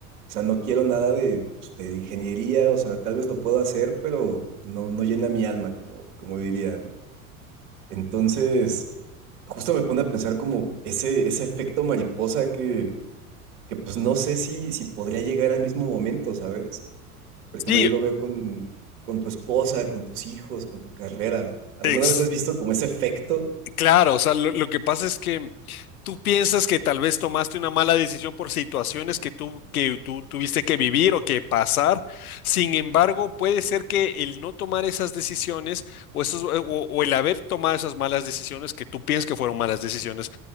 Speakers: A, on the right; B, on the left.
A: o sea, no quiero nada de, pues, de ingeniería, o sea, tal vez lo puedo hacer, pero pues, no, no llena mi alma, como, como dirían. Entonces, justo me pone a pensar como ese, ese efecto mariposa que, que pues no sé si, si podría llegar al mismo momento, ¿sabes? Por ejemplo,
B: Sí,
A: yo lo veo con, con tu esposa, con tus hijos, con tu carrera. ¿Alguna
B: ex-
A: vez has visto como ese efecto?
B: Claro, o sea, lo, lo que pasa es que tú piensas que tal vez tomaste una mala decisión por situaciones que tú, que tú tuviste que vivir o que pasar. Sin embargo, puede ser que el no tomar esas decisiones o, esos, o, o el haber tomado esas malas decisiones que tú piensas que fueron malas decisiones